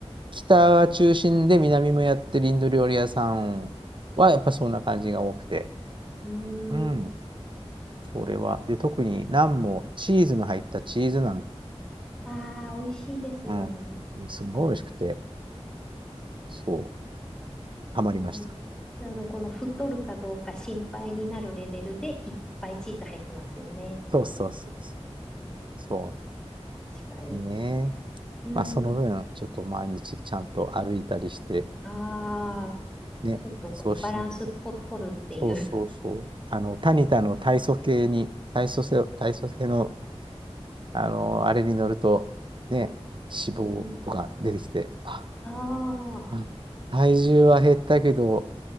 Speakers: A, on the right; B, in the centre.
A: 北が中心で南もやってるインド料理屋さんは、やっぱそんな感じが多くて。
B: うん。
A: うん。それは。で、特にナンもチーズの入ったチーズナン、
B: ああー、美味しいですよね。
A: うん。もうすんごい美味しくて、そう、ハマりました。
B: あの、あの、この太るかどうか心配になるレベルでいっぱいチーズ入ってますよね。
A: そうそうそうそう。そ
B: 確かに。
A: うね。
B: うん。
A: まあ、その分、ちょっと毎日ちゃんと歩いたりして、
B: ああ、
A: ね、
B: ちょっとこのバランスと、
A: そうしない。
B: 取るっていう。
A: そうそうそう。あの、タニタの体組系に、体組成、体組成の、あの、あれに乗ると、ね、脂肪とか出てきて、
B: うん。
A: あ、
B: ああ。
A: うん体重は減ったけど、